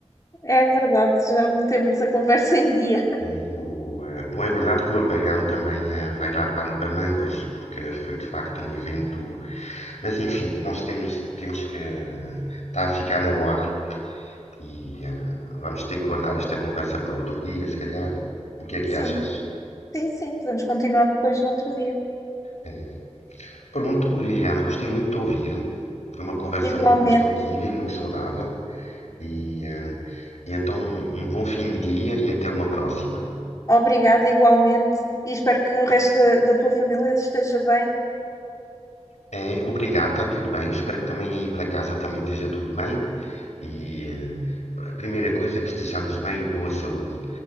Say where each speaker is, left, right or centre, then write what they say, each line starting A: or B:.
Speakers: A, on the left; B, on the left.
A: É verdade, já metemos a conversa em dia.
B: né? O, ah, bom, é verdade que o apagão também ah, vai dar pano para mangas, porque foi de facto um evento. Mas enfim, nós temos, temos que. Está a ficar na hora. E ah, vamos ter que guardar esta conversa para outro dia, se calhar. O
A: <laughs>
B: que é que
A: Sim.
B: achas?
A: Sim, sim, podemos continuar depois no outro dia.
B: É. Pronto, Liliana, gostei muito de ouvir. Foi uma conversa
A: Igualmente,
B: muito construtiva e muito saudável. E, ah, e então, um um bom fim de dia e até uma próxima.
A: obrigada, igualmente, e espero que o resto da, da tua família esteja bem.
B: É, obrigado, está tudo bem. Espero que também aí para casa também esteja tudo bem. E eh, a primeira coisa é que estejamos bem e de boa saúde.